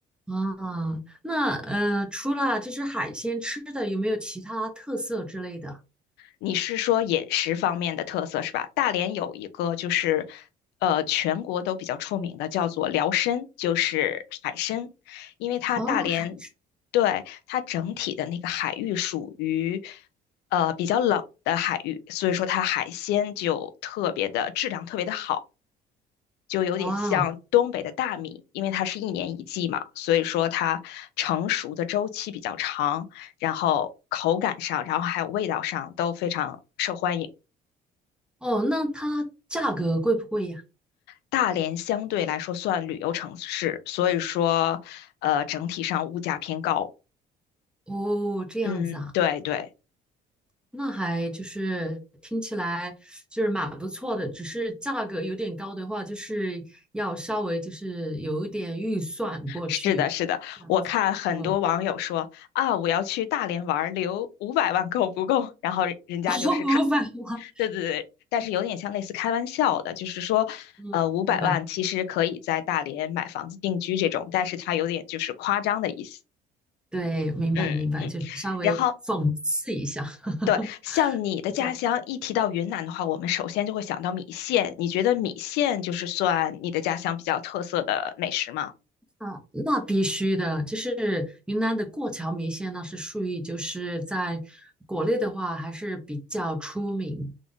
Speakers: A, in the centre; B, on the left (about 80°).
A: 啊，那呃，除了就是海鲜吃的，有没有其他特色之类的？
B: 你是说饮食方面的特色是吧？大连有一个就是，呃，全国都比较出名的，叫做辽参，就是海参，因为它大连，
A: 哦，海，
B: 对，它整体的那个海域属于，呃，比较冷的海域，所以说它海鲜就特别的质量特别的好。就有点像东北的大米，
A: 哇，
B: 因为它是一年一季嘛，所以说它成熟的周期比较长，然后口感上，然后还有味道上都非常受欢迎。
A: 哦，那它价格贵不贵呀？
B: 大连相对来说算旅游城市，所以说，呃，整体上物价偏高。
A: 哦，这样子啊，
B: 嗯，对对，
A: 那还就是听起来就是蛮不错的，只是价格有点高的话，就是要稍微就是有一点预算过去，
B: 是的，是的。
A: 这样子。
B: 我看很多网友说啊，
A: 哦，
B: 我要去大连玩儿留五百万够不够？然后人家就是看
A: <laughs> 五百万，
B: 对对对，但是有点像类似开玩笑的，就是说，
A: 嗯，
B: 呃，五百万其实可以在大连买房子定居这种，
A: 明白，
B: 但是它有点就是夸张的意思。
A: 对，明白，
B: 嗯嗯，
A: 明白，就是稍微讽刺一下。
B: 然后
A: <laughs>
B: 对，像你的家乡一提到云南的话，
A: 不讲。
B: 我们首先就会想到米线。你觉得米线就是算你的家乡比较特色的美食吗？
A: 啊，那必须的，就是云南的过桥米线，那是属于就是在国内的话还是比较出名。